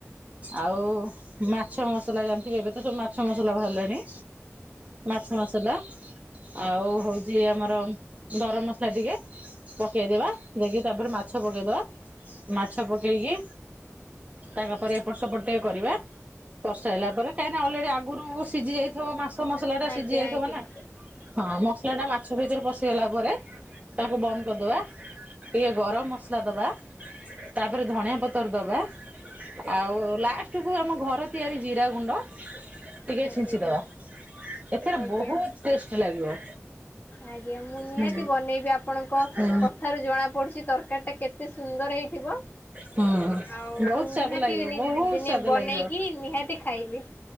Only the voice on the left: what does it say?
ଆଜ୍ଞା
ଆଜ୍ଞା
ଆଜ୍ଞା ଆଜ୍ଞା
ଆଜ୍ଞା
ଆଜ୍ଞା ମୁଁ ନିହାତି
ବନେଇବି ଆପଣଙ୍କ
କଥାରୁ ଜଣା ପଡୁଛି ତରକାରୀ ଟା କେତେ ସୁନ୍ଦର ହେଇଥିବ?
ଆଉ
ମୁଁ
ନିହାତି
ଦିନେ
ବନେଇକି
ନିହାତି ଖାଇବି।